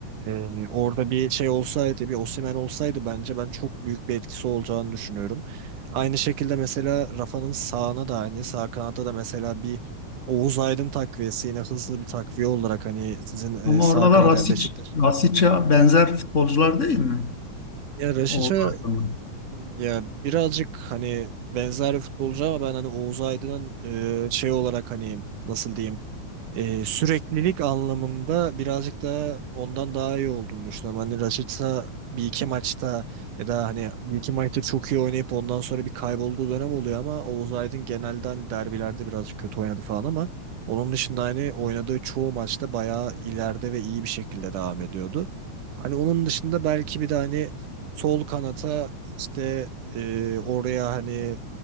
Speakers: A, on the right; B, on the left.
A: e, orada bir şey olsaydı, bir Osimhen olsaydı bence ben çok büyük bir etkisi olacağını düşünüyorum. Aynı şekilde mesela Rafa'nın sağına da aynı. Sağ kanatta da mesela bir Oğuz Aydın takviyesi yine hızlı bir takviye olarak hani sizin e,
B: Ama
A: sağ
B: orada
A: kanat
B: da Rasic,
A: ya Beşiktaş.
B: Rasic'e benzer futbolcular değil mi?
A: Ya Raşiç'e
B: Oğuz Aydın.
A: ya birazcık hani benzer bir futbolcu ama ben hani Oğuz Aydın'ın e, şey olarak hani nasıl diyeyim Ee, süreklilik anlamında birazcık daha ondan daha iyi olduğunu düşünüyorum. Hani Rashica bir iki maçta ya da hani bir iki maçta çok iyi oynayıp ondan sonra bir kaybolduğu dönem oluyor ama Oğuz Aydın genelde hani derbilerde birazcık kötü oynadı falan ama onun dışında hani oynadığı çoğu maçta bayağı ileride ve iyi bir şekilde devam ediyordu. Hani onun dışında belki bir de hani sol kanata işte e, oraya hani